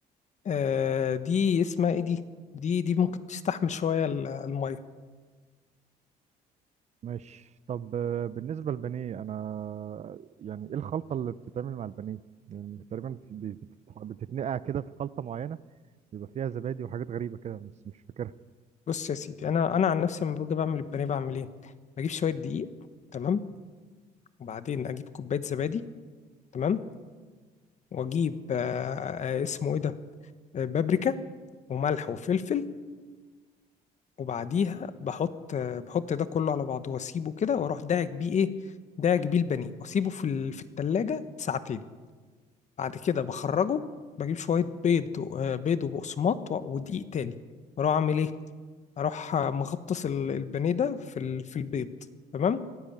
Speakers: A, on the left (about 45°); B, on the right (about 40°).
A: آه دي اسمها ايه دي دي دي ممكن تستحمل شويه ال- الميه
B: ماشي طب آه، بالنسبة للبانيه أنا يعني إيه الخلطة اللي بتتعمل مع البانيه؟ يعني تقريبا في- بت- بتتنقع كده في خلطة معينة بيبقى فيها زبادي وحاجات غريبة كده بس مش فاكرها
A: بص يا سيدي انا انا عن نفسي لما باجي بعمل البانيه بعمل ايه بجيب شويه دقيق تمام وبعدين اجيب كوبايه زبادي تمام واجيب آه آه اسمه ايه ده آه بابريكا وملح وفلفل وبعديها بحط آه بحط ده كله على بعضه واسيبه كده واروح داعك بيه ايه داعك بيه البانيه واسيبه في ال- في التلاجة ساعتين بعد كده بخرجه بجيب شويه بيض و- آه بيض وبقسماط و- ودقيق تاني واروح اعمل ايه اروح آه، مغطس ال- البانيه ده في ال- في البيض تمام